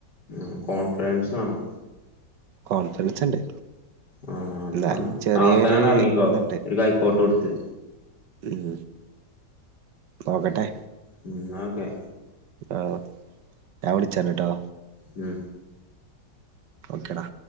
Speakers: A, on the left; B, on the right.
A: ഉം കോൺഫിഡൻസ് വാണം
B: കോൺഫിഡൻസ്ണ്ട്
A: ആ എന്നാ
B: ന്നാലും ചെറിയൊരു
A: നാളെ തന്നെയണ്ട് ഇറങ്ങിക്കോ
B: ത്ണ്ട്
A: ഒരു കൈക്കോട്ട് കൊടുത്ത്
B: ഉം നോക്കട്ടെ
A: ഉം ഓക്കെ
B: ആഹ് ഞാൻ വിളിച്ചണ്ട് ട്ടോ
A: ഉം
B: ഓക്കെടാ